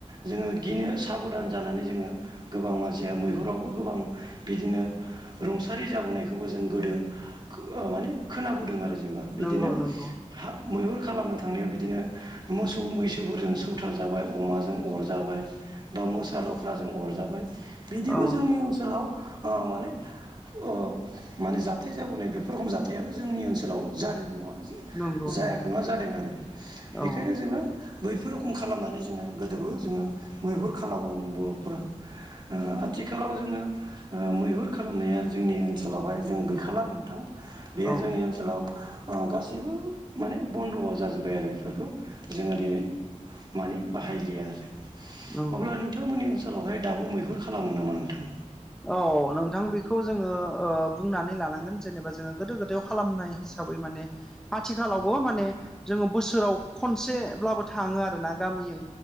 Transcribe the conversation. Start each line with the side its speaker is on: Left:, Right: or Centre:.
Right: जोङो गिनो साबधान जानानै जोङो गोबां मानसिया मैहुरावबो गोबां बिदिनो रुंसारि जाबोनायखौबो जों गोदो खो माने खोनाबोदों आरो जेनेबा बिदिनो
Centre: नंगौ नंगौ
Right: हा मैहुर खालामनो थांनायाव बिदिनो मोसौ मैसोफोरजों सौथार जाबाय अमाजों अरजाबाय बा मोसा लख्राजों अरजाबाय बिदिबो
Centre: औ
Right: जोंनि ओनसोलाव ओ माने ओ माने जाथाय जाबोनाय बेफोर रखम जा जाथायाबो जोंनि ओनसोलाव जादों नङा
Centre: नंगौ
Right: जायाखै
Centre: नंगौ
Right: नङा जादों आरो बेखायनो
Centre: औ
Right: जोङो बैफोर रखम खालामनानै जोङो गोदोबो जोङो मैहुर खालामोमोन बर'फोरा ओ आथिखालाव जोङो ओ मैहुर खालामनाया जोंनि ओनसोलावहाय जों गैखाला नोंथां बेयो
Centre: औ
Right: जोंनि ओनसोलाव ओ गासैबो माने बन्द' जाजोब्बाय आरो बेफोरखौ जोङो दिनै माने बाहायलिया आरो
Centre: नंगौ
Right: अब्ला नोंथांमोननि ओनसोलावहाय दाबो मैहुर खालामो नामा नोंथां
Centre: औ नोंथां बेखौ जोङो बुंनानै लानांगोन जेनेबा जोङो गोदो गोदायाव खालामनाय हिस हिसाबै माने आथिखालावबो माने जोङो बोसोराव खनसेब्लाबो थाङो आरो ना गामियै